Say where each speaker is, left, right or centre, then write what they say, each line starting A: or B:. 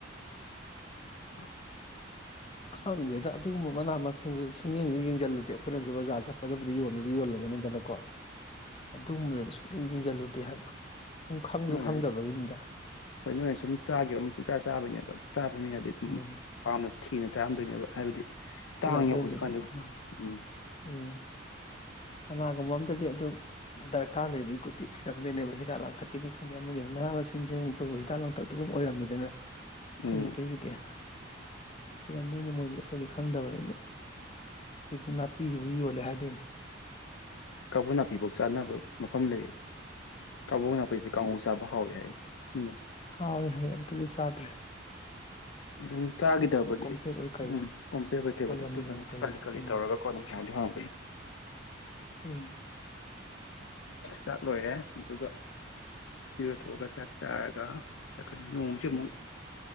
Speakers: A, on the left; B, on the left.
A: ꯑ
B: ꯈꯪꯗꯦꯗ ꯑꯗꯨꯒꯨꯝꯕ ꯃꯅꯥ ꯃꯁꯤꯡꯗꯨꯁꯨ ꯁꯨꯡ ꯌꯦꯡꯁꯨ ꯌꯦꯡꯁꯤꯜꯂꯨꯗꯦ ꯑꯩꯈꯣꯏꯅꯁꯨ ꯑꯣꯖꯥ ꯆꯠꯄꯗꯕꯨꯗꯤ ꯌꯣꯟꯗꯗꯤ ꯌꯣꯜꯂꯝꯒꯅꯤꯗꯅꯀꯣ ꯑꯗꯨꯒꯨꯝꯕꯗꯗꯤ ꯁꯨꯡꯌꯦꯡ ꯌꯦꯡꯁꯤꯜꯂꯨꯗꯦ ꯍꯥꯏꯕ ꯁꯨꯝ ꯈꯪꯁꯨ
A: ꯅꯣꯏꯅ
B: ꯈꯪꯗꯕꯒꯤꯅꯤꯗ
A: ꯍꯣꯏ ꯅꯣꯏꯅ ꯁꯨꯝ ꯆꯥꯈꯤꯕ ꯄꯛꯆꯥꯥ ꯆꯥꯕꯅꯦꯕ ꯍ ꯆꯥꯕ ꯃꯤꯅꯗꯤ ꯑꯗꯨꯝ
B: ꯎꯝ
A: ꯌꯥꯝ ꯄꯥꯝꯅ ꯊꯤꯅ ꯆꯥꯔꯝꯗꯣꯏꯅꯦꯕ ꯍꯥꯏꯕꯗꯤ
B: ꯊꯤꯔꯝꯗꯣꯏꯅꯤ
A: ꯇꯥꯡꯉꯦ ꯍꯧꯖꯤꯛꯀꯥꯟꯗꯤ ꯎꯝ
B: ꯀꯅꯥꯅꯣ ꯎꯝ ꯀꯅꯥꯒꯨꯝꯕ ꯑꯝꯗꯗꯤ ꯑꯗꯨꯝ ꯗꯔꯀꯥꯔ ꯂꯩꯕꯒꯤ ꯀꯠꯇꯤ ꯊꯤꯔꯝꯗꯣꯏꯅꯦꯕ ꯍꯤꯗꯥꯛ ꯂꯥꯡꯊꯛꯀꯤꯅꯤ ꯈꯪꯗꯦ ꯑꯃꯒꯤ ꯃꯅꯥ ꯃꯁꯤꯡꯁꯤꯃꯛꯇꯕꯨ ꯍꯤꯗꯥꯛ ꯂꯥꯡꯊꯛꯇ ꯑꯗꯨꯝ ꯑꯣꯏꯔꯝꯃꯤꯗꯅ ꯑꯩꯈꯣꯏꯃꯤꯇꯩ
A: ꯎꯝ
B: ꯀꯗꯌꯥ ꯏꯤꯔꯝꯗꯣꯏꯅꯤ ꯃꯣꯏꯗꯤ ꯑꯩꯈꯣꯏꯗꯤ ꯈꯪꯗꯕꯅꯤꯅ ꯁꯤꯕꯨ ꯅꯥꯄꯤꯁꯤꯕꯨ ꯌꯣꯜꯂꯦ ꯍꯥꯏꯗꯣꯏꯅꯦ
A: ꯀꯥꯡꯕꯨ ꯅꯥꯄꯤꯤꯐꯧ ꯆꯥꯅꯕ ꯃꯐꯝ ꯂꯩ ꯀꯥꯎꯕꯨꯒꯅ ꯐꯩꯁꯤ ꯀ ꯀꯥꯡꯁꯦ ꯆꯥꯕ ꯍꯥꯎꯋ ꯌꯥꯏ ꯃꯤꯅ
B: ꯍꯣꯏ ꯍꯣꯏ ꯑꯝꯇꯗꯤ ꯆꯥꯗ꯭ꯔꯦ
A: ꯑꯗꯨꯝ ꯆꯥꯈꯤꯗꯕꯒꯤ
B: ꯀꯣꯝꯄ꯭ꯔꯦꯛ ꯑꯣꯏ ꯀꯩ
A: ꯎꯝ
B: ꯑꯣꯏ
A: ꯀꯣꯄꯦꯕ ꯀꯦꯕꯗ
B: ꯀꯣꯂꯝꯅꯤ
A: ꯑꯗꯨꯝ
B: ꯑꯣꯏ ꯀꯩ
A: ꯈꯜꯂꯤ
B: ꯑꯣꯏ
A: ꯈꯜꯂꯤ
B: ꯎꯝ
A: ꯇꯧꯔꯒꯀꯣ ꯑꯗꯨꯝ ꯍꯣꯡꯗꯤ ꯍꯔꯝꯒꯅꯤ
B: ꯎꯝ
A: ꯆꯥꯛ ꯂꯣꯏꯔꯦ ꯑꯗꯨꯒ ꯄꯤꯔꯊꯣꯛꯑꯒ ꯆꯥꯛ ꯆꯥꯔꯒ ꯑꯩꯈꯣꯏꯅ ꯅꯣꯡꯁꯤꯦ ꯑꯃꯨꯛ